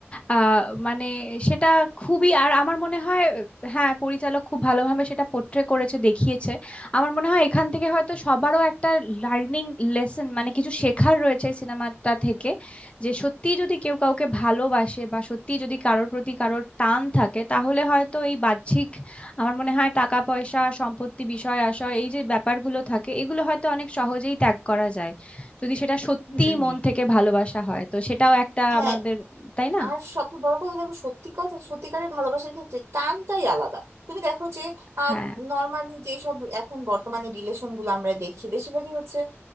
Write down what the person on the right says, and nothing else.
হুম
হুম
হ্যাঁ
আর সবচেয়ে বড় কথা দেখো সত্যি কথা সত্যিকারের ভালোবাসার ক্ষেত্রে টানটাই আলাদা তুমি দেখো যে
নর্মালি যেসব এখন বর্তমানে রিলেশন গুলো আমরা দেখি বেশিরভাগই হচ্ছে